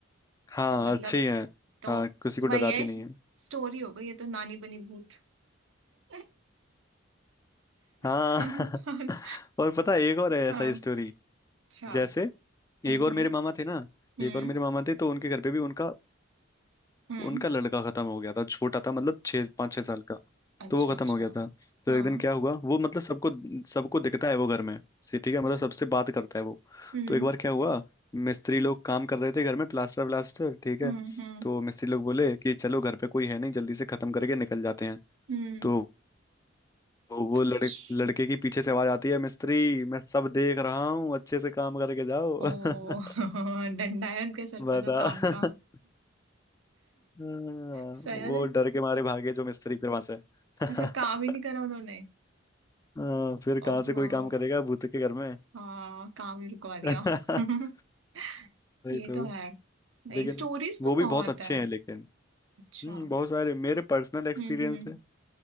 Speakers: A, on the left (about 15°); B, on the right (about 85°).
A: हाँ
B: तो मतलब
A: अच्छी है
B: तो
A: हाँ किसी को
B: वही
A: डराती
B: है
A: नहीं है
B: स्टोरी हो गई ये तो नानी बनी भूत <laughs>
A: हाँ
B: हाँ
A: <laughs> और पता है एक और है ऐसा
B: हाँ,
A: ही स्टोरी
B: अच्छा
A: जैसे
B: हम्म
A: एक और
B: हम्म
A: मेरे मामा थे ना एक
B: हम्म
A: और मेरे मामा थे तो उनके घर पे भी उनका
B: हम्म,
A: उनका लड़का खत्म हो गया था छोटा था मतलब छः पाँच छः साल का
B: अच्छा
A: तो वो
B: अच्छा
A: खत्म हो गया था तो
B: हाँ
A: एक दिन क्या हुआ वो मतलब सबको सबको दिखता है वो घर में से ठीक है मतलब सबसे बात करता है वो
B: हम्म
A: तो एक बार क्या हुआ मिस्त्री लोग काम कर रहे थे घर में प्लास्टर व्लास्टर ठीक
B: हम्म
A: है
B: हम्म
A: तो मिस्त्री लोग बोले कि चलो घर पे कोई है नहीं जल्दी से खत्म करके निकल जाते हैं
B: हम्म,
A: तो वो वो
B: अच्छा
A: लड़के लड़के की पीछे से आवाज आती है मिस्त्री मैं सब देख रहा हूँ अच्छे से काम करके जाओ
B: ओ <laughs>
A: <laughs>
B: डंडा है उनके सर
A: बता
B: पे तो काम
A: <laughs>
B: का
A: हाँ,
B: सही
A: वो
B: है तो-
A: डर के मारे भागे जो मिस्त्री फिर वहां से <laughs>
B: अच्छा काम ही नहीं करा उन्होंने
A: हाँ, फिर कहाँ
B: ओहो
A: से कोई काम करेगा भूत के घर में
B: हाँ काम ही रुकवा दिया
A: <laughs>
B: <laughs>
A: वही
B: ये
A: तो
B: तो है नहीं
A: लेकिन
B: स्टोरीज
A: वो
B: तो
A: भी
B: बहुत
A: बहुत अच्छे
B: है
A: हैं लेकिन
B: अच्छा
A: हम्म
B: हम्म
A: बहुत सारे मेरे पर्सनल एक्सपीरियंस
B: हम्म
A: है